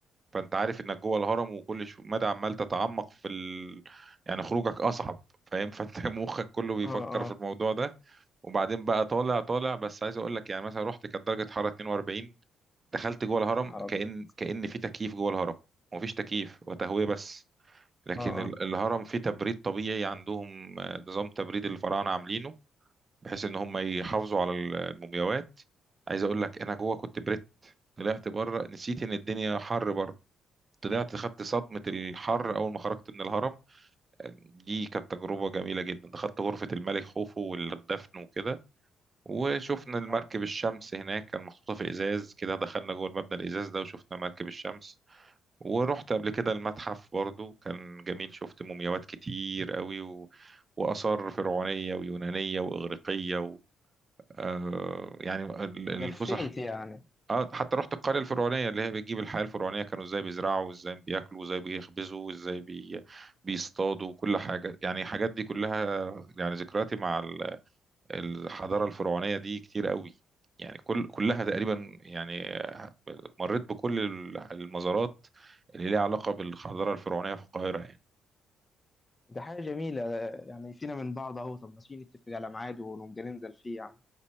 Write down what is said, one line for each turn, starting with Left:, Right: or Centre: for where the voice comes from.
Right: فانت عارف انك جوه الهرم وكل شو- مدى عمال تتعمق في ال... يعني خروجك اصعب فاهم <laughs> فانت مخك كله بيفكر
Left: اه اه
Right: في الموضوع ده وبعدين بقى طالع طالع بس عايز اقول لك يعني مثلا رحت كانت درجه حراره 42 دخلت جوه الهرم
Left: يا نهار ابيض
Right: كأن كأن في تكييف جوه الهرم ومفيش تكييف وتهوية بس لكن
Left: اه
Right: ال-
Left: اه
Right: الهرم فيه تبريد طبيعي عندهم آه، نظام تبريد الفراعنة عاملينه بحيث ان هم يحافظوا على ال- المومياوات عايز اقول لك انا جوه كنت بريت طلعت بره نسيت ان الدنيا حر بره طلعت خدت صدمة الحر أول ما خرجت من الهرم دي كانت تجربة جميلة جدا دخلت غرفة الملك خوفو والدفن وكده وشفنا المركب
Left: اه
Right: الشمس هناك كان محطوطة في إزاز كده دخلنا جوه المبنى الإزاز ده وشفنا مركب الشمس ورحت قبل كده المتحف برضو كان جميل شفت مومياوات كتير قوي و... وآثار فرعونية ويونانية وإغريقية و... آه يعني ال- الفسح
Left: لفيت يعني
Right: آه حتى رحت القرية الفرعونية اللي هي بتجيب الحياة الفرعونية كانوا ازاي بيزرعوا وازاي بياكلوا وازاي بيخبزوا وازاي بي... بيصطادوا وكل حاجة يعني الحاجات دي كلها يعني ذكرياتي مع الحضارة الفرعونية دي كتير قوي يعني كل كلها تقريبا يعني مريت بكل ال- المزارات اللي ليها علاقة بالحضارة الفرعونية في القاهرة يعني
Left: ده حاجة جميلة يعني فينا من بعض اهو طب ماشي نتفق على ميعاد ونبقى ننزل فيه يعني